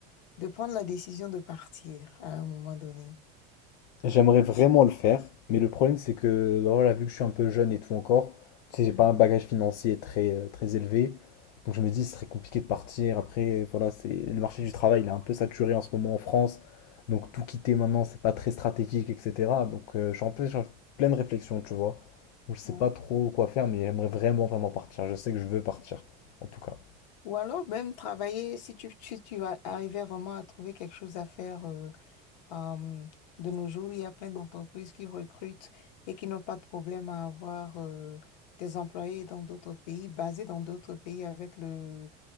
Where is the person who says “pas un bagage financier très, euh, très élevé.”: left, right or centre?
Left